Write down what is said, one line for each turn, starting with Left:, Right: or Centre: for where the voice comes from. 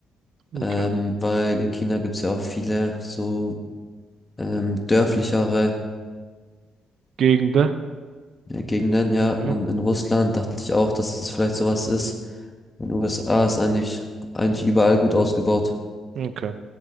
Right: Okay.
Left: Ähm, weil in China gibt es ja auch viele so ähm, dörflichere
Right: Gegend, ne?
Left: Ja, Gegenden, ja. Und
Right: Mhm.
Left: in Russland dachte ich auch, dass es vielleicht sowas ist. In den USA ist eigentlich, eigentlich überall gut ausgebaut.
Right: Okay.